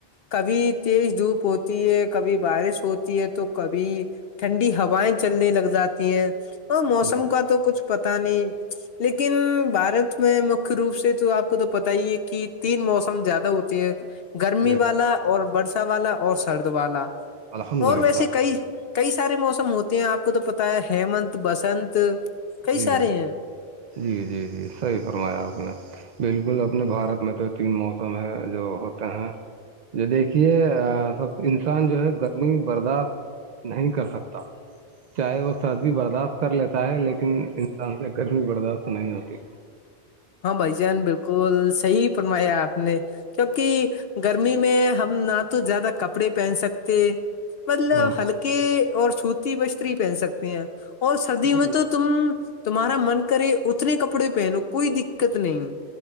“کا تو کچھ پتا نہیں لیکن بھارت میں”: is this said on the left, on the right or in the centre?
Left